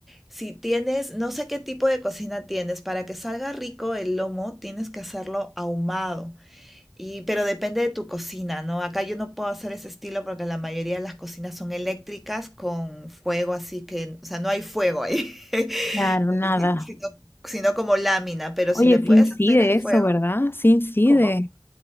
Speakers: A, in the centre; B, on the left.
A: Si tienes, no sé qué tipo de cocina tienes, para que salga rico el lomo, tienes que hacerlo ahumado. Y, pero depende de tu cocina, ¿no? Acá yo no puedo hacer ese estilo porque la mayoría de las cocinas son eléctricas con fuego, así que, o sea, no hay fuego ahí, <laughs>
B: Claro, nada.
A: si- sino, sino como lámina, pero
B: Oye,
A: si le puedes
B: sí incide
A: hacer el
B: eso,
A: fuego,
B: ¿verdad? Sí incide.
A: ¿cómo?